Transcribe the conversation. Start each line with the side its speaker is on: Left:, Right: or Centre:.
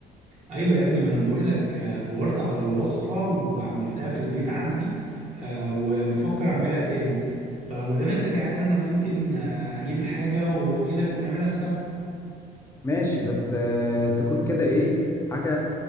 Right: ايوه يا ابني ما انا بقول لك دورت على الوصفه وعملتها في البيت عندي آه، وبفكر اعملها تاني فما دام انت جعان انا ممكن آه، اجيب الحاجه واجي لك ونعملها سوا
Left: ماشي بس آه، تكون كده ايه حاجة